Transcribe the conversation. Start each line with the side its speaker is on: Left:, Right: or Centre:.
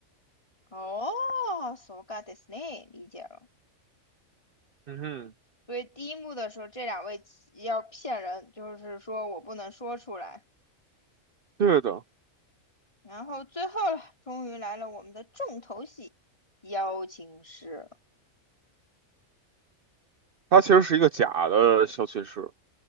Left: 哦，so got this name，理解了。
Right: 嗯哼，
Left: 所以第一幕的时候，这两位要骗人，就是说我不能说出来。
Right: 对的，
Left: 然后最后了，终于来了我们的重头戏——邀请诗。
Right: 他其实是一个假的小骑士。